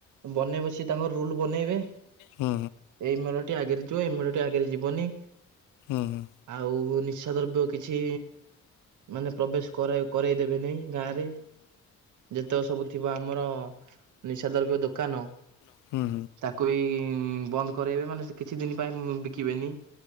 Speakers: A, on the right; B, on the left.
A: ବନେଇ ବସି ତାଙ୍କ ରୁଲ ବନେଇବେ
B: ହୁଁ।
A: ଏଇ ମେଳଟି ଆଗରେ ଯିବ ଏଇ ମେଢ଼ ଟି ଆଗରେ ଯିବନି।
B: ହୁଁ ହୁଁ। ହୁଁ
A: ଆଉ ନିଶା ଦ୍ରବ୍ୟ କିଛି ମାନେ ପ୍ରବେଶ କର କରାଇ କରେଇଦେବେନି ଗାଁରେ। ଯେତେକ ସବୁ ଥିବ ଆମର ନିଶା ଦ୍ରବ୍ୟ ଦୋକାନ।
B: ହୁଁ ହୁଁ ହୁଁ
A: ତାକୁ କହି ବନ୍ଦ କରାଇବେ ମାନେ କିଛି ଦିନ ପାଇଁ ବିକିବେନି।